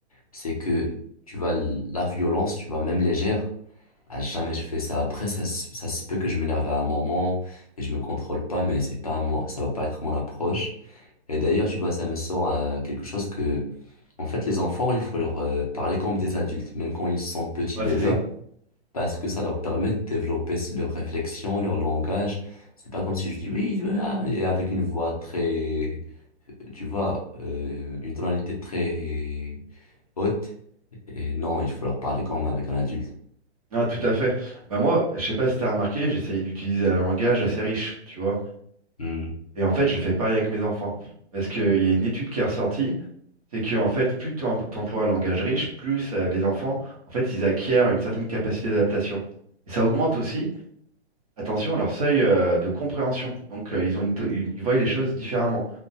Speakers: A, on the left; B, on the right.
A: c'est que, tu vois, la violence, tu vois, même légère, à jamais je fais ça. Après, ça, se- ça se peut que je m'énerve à un moment et je me contrôle pas, mais c'est pas moi, ça va pas être mon approche. Et d'ailleurs, tu vois, ça me sort à quelque chose que, en fait, les enfants, il faut leur euh, parler comme des adultes, même quand ils sont petits
B: Ouais,
A: bébés
B: c'est ça.
A: parce que ça leur permet de développer s- leur réflexion, leur langage. C'est pas comme si je dis oui, voilà, et avec une voix très, euh, tu vois, euh, une tonalité très haute. Et non, il faut leur parler comme avec un adulte.
B: Ah, tout à fait. Bah moi, je sais pas si t'as remarqué, j'essayais d'utiliser un langage assez riche, tu vois.
A: Hmm.
B: Et en fait, je fais pareil avec mes enfants. Parce qu'il y a une étude qui est ressortie, c'est que en fait, plus t'em- t'emploies un langage riche, plus euh, les enfants, en fait, ils acquièrent une certaine capacité d'adaptation. Et ça augmente aussi Attention, leur seuil euh, de compréhension. Donc, euh, ils ont une to- une- ils voient les choses différemment.